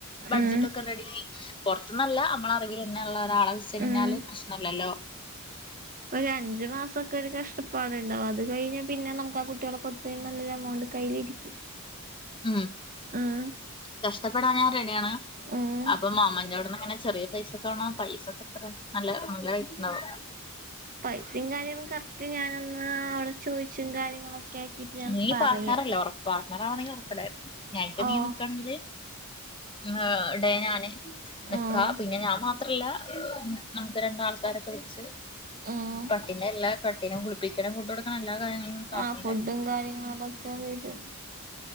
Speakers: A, on the left; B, on the right.
A: ബഡ്ജറ്റ്
B: ഉം
A: ഒക്കെ റെഡി പുറത്തൂന്നല്ല നമ്മളെ അറിവിലന്നെയുള്ള ഒരാളെ വെച്ച് കഴിഞ്ഞാല്
B: ഉം
A: പ്രശ്നമില്ലല്ലോ
B: ഒരു അഞ്ചു മാസൊക്കെ ഒരു കഷ്ടപ്പാടുണ്ടാവും അത് കഴിഞ്ഞാ പിന്നെ നമുക്ക് ആഹ് കുട്ടികളുക്ക് കൊടുത്ത് കഴിഞ്ഞാ നല്ലൊരു എമൗണ്ട് കയ്യിലിരിക്കും
A: ഉം
B: ആഹ്
A: കഷ്ടപ്പെടാൻ ഞാൻ റെഡിയാണ്
B: ഉം
A: അപ്പൊ മാമന്റെ അവിടുന്ന് ഇങ്ങനെ ചെറിയ പൈസക്ക് ആണ് പൈസൊക്കെ നല്ല നല്ല റേറ്റുണ്ടാവും
B: പൈസയും കാര്യങ്ങളും കറക്റ്റ് ഞാനൊന്ന് അവിടെ ചോദിച്ചും കാര്യങ്ങളൊക്കെ ആക്കിയിട്ട് ഞാൻ
A: നീ
B: പറയാം
A: പാർട്ണറല്ലേ ഉറപ്പ് പാർട്ണർ ആവണെങ്കിൽ കൊഴപ്പില്ലാരുന്നു നൈറ്റ്‌ എന്തേലും
B: ഓഹ്
A: നിക്കണെങ്കില് ആഹ് ഡേ ഞാന് നിക്കാ
B: ഉം
A: പിന്നെ ഞാൻ മാത്രല്ല നമുക്ക് രണ്ട് ആൾക്കാരൊക്കെ വെച്ച്
B: ആഹ്
A: പിന്നെ എല്ലാ പട്ടീനേ കുളിപ്പിക്കണം ഫുഡുകൊടുക്കണം എല്ലാ കാര്യങ്ങളും നോക്കണ്ടേ
B: ആഹ് ഫുഡും കാര്യങ്ങളും അതൊക്കെ വരും